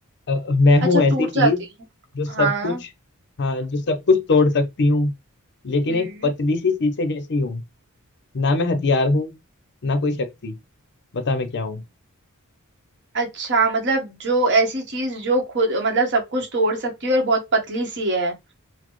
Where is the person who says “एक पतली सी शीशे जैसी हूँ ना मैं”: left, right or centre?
Left